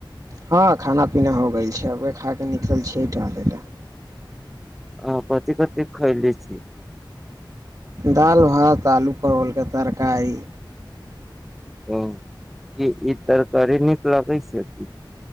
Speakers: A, on the right; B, in the centre.
A: हँ खाना पीना हो गेल छै अबे खा कऽ निकलल छियै टहलय ले
B: आ कथी कथी खोलै छी।
A: दालि, भात, आलू परवलके तरकारी।
B: ओ कि ई तरकारी निकल छै की।